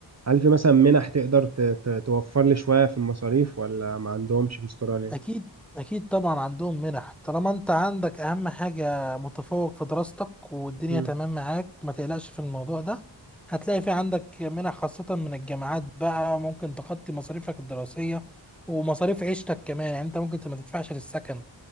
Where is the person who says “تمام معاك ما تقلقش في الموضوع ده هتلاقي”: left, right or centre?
Centre